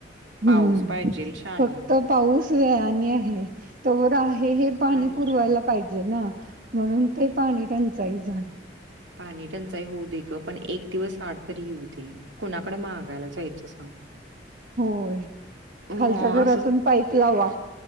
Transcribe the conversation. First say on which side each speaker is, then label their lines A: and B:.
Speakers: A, on the right (about 50°); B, on the right (about 85°).
A: हम्म
B: पाऊस पाहिजेल शानी
A: प.. तर पाऊस वेळाने आहे तवर आहे हे पाणी
B: पाहिजे
A: पुरवायला पाहिजे ना... म्हणून ते पाणी टंचाई झालं....
B: पाणी टंचाई होऊ दे ग पण एक दिवस आड तरी येऊ दे... कुणाकडे महागायला जायचं सांग...
A: होय खालच्या
B: मग
A: घरातून पाईप लावा